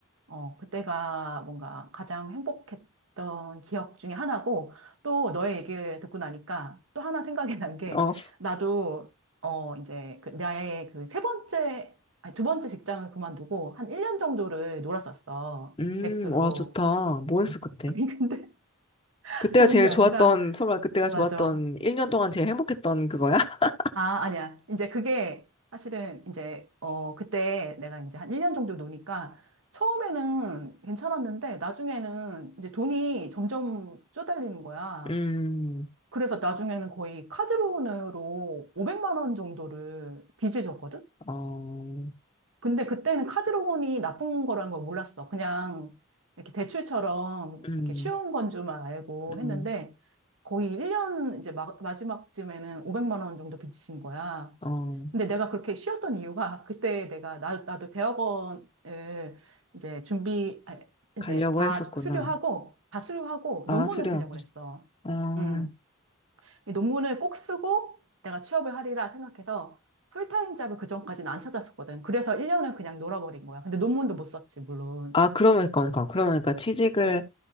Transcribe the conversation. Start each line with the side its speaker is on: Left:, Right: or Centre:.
Right: 어, 그때가 뭔가 가장 행복했던 기억 중에 하나고, 또 너의 얘기를 듣고 나니까 또 하나 생각이 <laughs> 난 게,
Left: 어.
Right: 나도, 어, 이제, 그, 나의 그 세 번째, 아니, 두 번째 직장을 그만두고 한 1년 정도를 놀았었어.
Left: 음.
Right: 백수로.
Left: 와, 좋다. 뭐 했어 그때?
Right: <laughs> 아니, 근데 <laughs>
Left: 그때가
Right: 좋은
Left: 제일
Right: 게 아니라,
Left: 좋았던 설마 그때가
Right: 맞아.
Left: 좋았던 1년 동안 제일 행복했던 그거야? <laughs>
Right: 아, 아니야. 이제 그게 사실은 이제, 어, 그때 내가 이제 한 1년 정도 노니까 처음에는 괜찮았는데 나중에는 이제 돈이 점점 쪼달리는 거야.
Left: 음.
Right: 그래서 나중에는 거의 카드론으로 500만 원 정도를 빚을 졌거든?
Left: 어.
Right: 근데 그때는 카드론이 나쁜 거라는 걸 몰랐어. 그냥 이렇게 대출처럼
Left: 음.
Right: 이렇게 쉬운 건 줄만 알고
Left: 음.
Right: 했는데 거의 1년 이제 마, 마지막쯤에는 500만 원 정도 빚진 거야.
Left: 어.
Right: 근데 내가 그렇게 쉬었던 이유가 그때 내가 나, 나도 대학원을 이제 준비, 아, 이제
Left: 가려고
Right: 다
Left: 했었구나.
Right: 수료하고, 다 수료하고
Left: 아,
Right: 논문을
Left: 수련.
Right: 쓰려고 그랬어.
Left: 아.
Right: 음. 이 논문을 꼭 쓰고 내가 취업을 하리라 생각해서 풀타임 잡을 그전까지는 안 찾았었거든. 그래서 1년을 그냥 놀아버린 거야. 근데 논문도 못 썼지, 물론.
Left: 아, 그러면 그러니까 그러면 그러니까 취직을